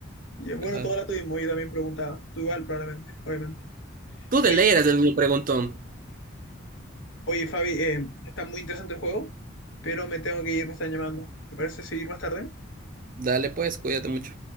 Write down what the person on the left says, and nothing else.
Y, eh, bueno,
toda la tuvimos, yo también preguntaba. Tú igual, probablemente, obviamente.
Oye,
oye, Fabi, eh, está muy interesante el juego, pero me tengo que ir, me están llamando. ¿Te parece seguir más tarde?